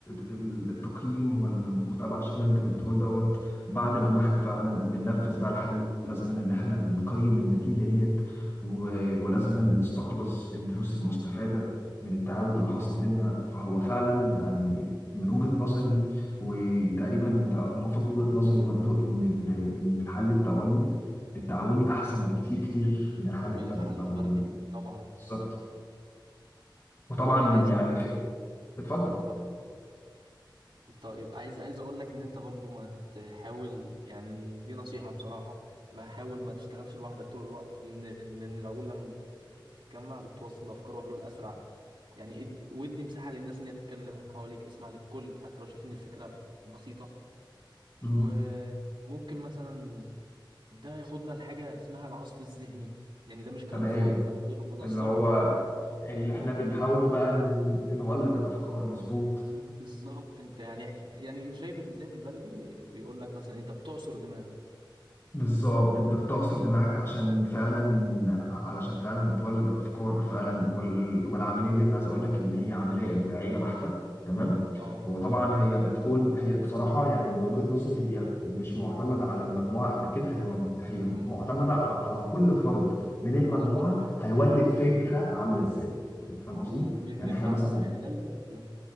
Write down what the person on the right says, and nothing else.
مم.
مم.
من
الحل
الفردي
طبعا
وعايز
أ-
اتفضل طيب عايز عايز اقول لك ان انت برضو ما تحاول يعني دي نصيحة بصراحة ما حاول ما تشتغلش لوحدك طول الوقت لان لان العقول لما بت- بتتجمع بتوصل افكار وحلول اسرع يعني ادي ودي مساحة للناس ان هي تتكلم حواليك اسمع للكل حتى لو شايف ان الفكرة بسيطة
وممكن مثلا ده ياخدنا لحاجة اسمها العصف الذهني يعني ده مش كلام
فاضي ده طريقة منظمة
لتوليد الأفكار
فاهمني
مم. بالظبط انت يعني يعني زي بال- زي بالبلدي بيقول لك مثلا انت بتعصر دماغك
فاهمني
اه
ومهمة
مم.
على كل فرد
يعني.
ومن
من
بعد
من خلال ده مم.